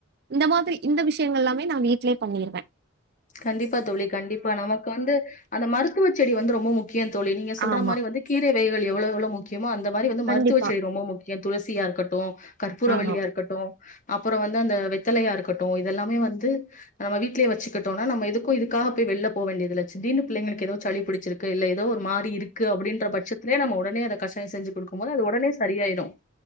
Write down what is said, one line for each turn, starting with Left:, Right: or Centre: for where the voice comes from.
Right: இந்த மாதிரி இந்த விஷயங்கள் எல்லாமே நான் வீட்லேயே பண்ணிருவே
Left: கண்டிப்பா தோழி கண்டிப்பா நமக்கு வந்து அந்த மருத்துவ செடி வந்து ரொம்ப முக் கியம் தோழி நீங்க சொல்ற
Right: ஆமா
Left: மாரி வந்து கீரை வகைகள் எவ் எவ்ளோ எவ்ளோ முக்கியமோ அந்த மாரி வந்து
Right: கண்டிப்பா
Left: மருத்துவ செடி ரொம்ப முக்கிய துளசி சியா இருக்கட்டும் கற்பூரவள்ளியா
Right: ஆமா.
Left: இருக்கட்டும் அப்போறோ வந்து அந்த வெத்தலையா இருக்கட்டும் இதெல்லாமே வந்து நம்ம வீட்லயே வச்சி கிட்டோன நம்ம எதுக்கும் இதுக்காக போய் வெல்ல போவ் வேண்டியதில்ல திடிர்னு புள்ளேங்ளுக்கு எதோவ்து சளி புடிச்சிருக்கு இல்ல எதோ ஒரு மாரி இருக்கு அப்புடின்றப் பச்சத்திலே நம்ம ஒடனே அதை கசாயம் செஞ்சு குடுக்கும் போது அது ஒடனே சரியாயிடும்